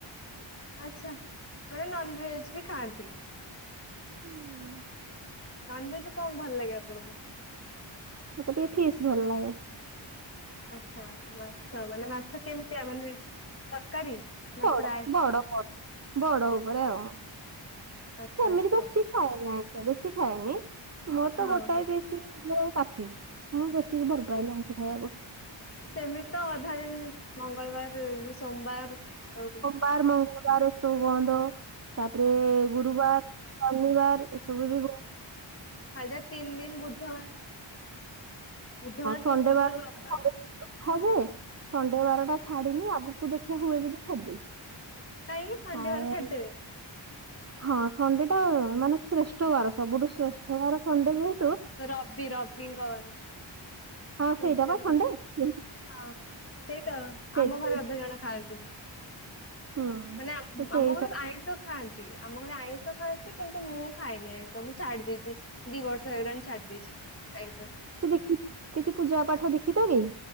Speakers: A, on the left; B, on the right.
A: ଆଚ୍ଛା ମାନେ ନନଭେଜ ବି ଖାଆନ୍ତି?
B: ହୁଁ।
A: ନନଭେଜ କଣ ଭଲ ଲାଗେ ଆପଣଙ୍କୁ?
B: ମତେ ଟିକେ ଫିସ୍ ଭଲ ଲାଗେ।
A: ଆଚ୍ଛା ମାଛ ମାନେ ମାଛ କେମିତିଆ ମାନେ ତରକାରୀ? ନା
B: ବଡ
A: ଫ୍ରାଏ?
B: ବଡ ବଡ ଉପରେ ଆଉ
A: ଆଚ୍ଛା
B: ସେମିତି
A: ଆଚ୍ଛା
B: <unintelligible> ଖାଏ ନାଇ ତ ବେଶୀ ଖାଏନି ମୋର ତ
A: ହଁ
B: ଗୋଟାଏ
A: ହଁ
B: ପିସ୍ କାଫି। ମୁଁ ବେଶି ଭଲ ପାଏନି ଆଇଁଷ ଖାଇବାକୁ।
A: ସେମିତି ତ ଅଧା ଦିନ ମଙ୍ଗଳବାର ସୋମବାର ସୋ
B: ପାର ମଙ୍ଗଳବାର ଏସବୁ ବନ୍ଦ। ତାପରେ ଗୁରୁବାର ଶନିବାର ଏସବୁ ବି ବ
A: <unintelligible> ତିନ ଦିନ ବୁଧବାର ବୁଧବାର
B: ସଣ୍ଡେ
A: ଶୁକ୍ରବାର
B: ବାର
A: ରବିବାର
B: ସଣ୍ଡେ ହଁ ଯେ ସଣ୍ଡେ ବାରଟା ଛାଡିନି ଆଗକୁ ଦେଖିବା ହୁଏ ଯଦି ଛାଡିଦେବି।
A: କାଇଁକି ସଣ୍ଡେ
B: ଆଉ
A: ବାର ଛାଡିଦେବେ?
B: ହଁ ସଣ୍ଡେ ଟା ମାନେ ଶ୍ରେଷ୍ଠ ବାର ସବୁଠୁ ଶ୍ରେଷ୍ଠା ବାର ସଣ୍ଡେ ଯେହ
A: ରବି ରବିଙ୍କ ବାର।
B: ହଁ
A: ସୂର୍ଯ୍ୟଙ୍କର
B: ସେଇଟା ବା ସଣ୍ଡେ ହଁ
A: ହଁ ସେଇ ତ
B: ସେଇ
A: ଆମ
B: ସେଇ
A: ଘରେ ଅଧେ ଜଣ ଖାଆନ୍ତିନି।
B: ହୁଁ
A: ମାନେ
B: ତ ସେଇ
A: ଆମ ଘର
B: ସବୁ
A: ଆଇଁଷ ଖାଆନ୍ତି ଆମ ଘରେ ଆଇଁଷ ଖାଆନ୍ତି କିନ୍ତୁ ମୁଁ ଖାଏନି ଆଇଁଷ ମୁଁ ଛାଡି ଦେଇଚି। ଦିବର୍ଷ ହେଲାଣି ଛାଡି ଦେଇଚି ଆଇଁଷ।
B: <unintelligible> କିଛି ପୂଜା ପାଠ ଦେଖିଥେବି।